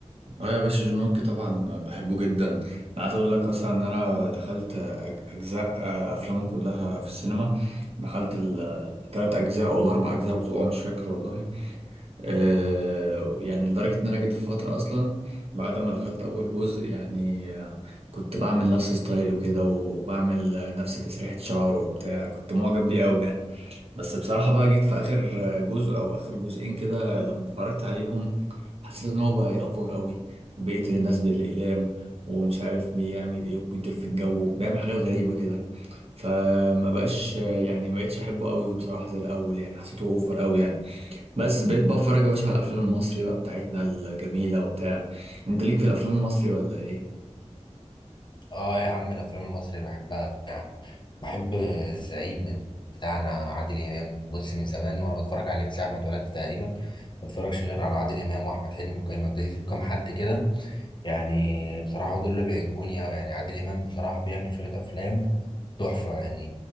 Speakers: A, on the right; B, on the left.
A: اه يا باشا جون ويك طبعا بحبه جدا انا عايز اقول لك اصلا ان انا دخلت أج- اجزاء آه، افلامه كلها في السينما دخلت ال- التلات اجزاء او الاربع اجزاء بتوعه مش فاكر والله آه، يعني لدرجه ان انا جيت في فتره اصلا بعد ما دخلت اول جزء يعني آه، كنت بعمل نفس ستايل وكده وبعمل آه، نفس تسريحه شعره وبتاع كنت معجب بيه قوي يعني بس بصراحة بقى جيت في آخر جزء أو آخر جزئين كده لما اتفرجت عليهم حسيت إن هو بقى يأفور قوي وبيقتل الناس بالإقلام ومش عارف بيعمل إيه وبيطير في الجو بيعمل حاجات غريبة كده فما بقاش يعني ما بقتش أحبه قوي بصراحة زي الأول يعني حسيته أوفر قوي يعني بس بقيت بقى أتفرج يا باشا على الأفلام المصري بقى بتاعتنا الجميلة وبتاع أنت ليك في الأفلام المصري ولا إيه؟
B: اه يا عم الافلام المصري بحبها بحب الزعيم بتاعنا عادل إمام بص من زمان وأنا بتفرج عليه من ساعة ما اتولدت تقريبا ما بتفرجش غير على عادل إمام وأحمد حلمي وكريم عبد العزيز وكم حد كده يعني بصراحة دول اللي بيعجبوني أوي يعني عادل إمام بصراحة بيعمل شوية أفلام تحفة يعني